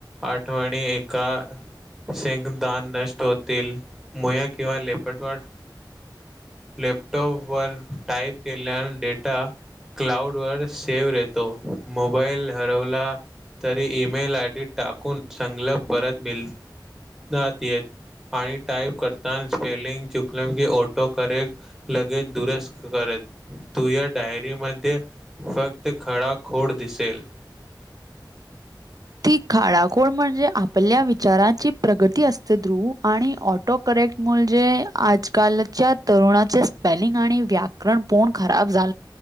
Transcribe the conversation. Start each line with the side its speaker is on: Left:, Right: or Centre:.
Centre: आठवणी एका शेंगदान न मोया किंवा लेपटवा लॅपटॉप वर टाईप केल्यान डेटा क्लाउड वर सेव्ह राेतो मोबाईल हरवला तरी ईमेल आय डी टाकून संगलप परत मिळतात येत आणि टाइप करता स्पेलिंग चुकलम की ऑटो करे लगेच दुरुस्त करे तू या डायरी म फक्त खड खोड दिसेल
Right: ती खाळाखोळ म्हणजे आपल्या विचारांची प्रगती असते ध्रुव आणि ऑटो णे आजकालच्या तरुणाचे स्पेलिंग आणि व्याणण खराब झा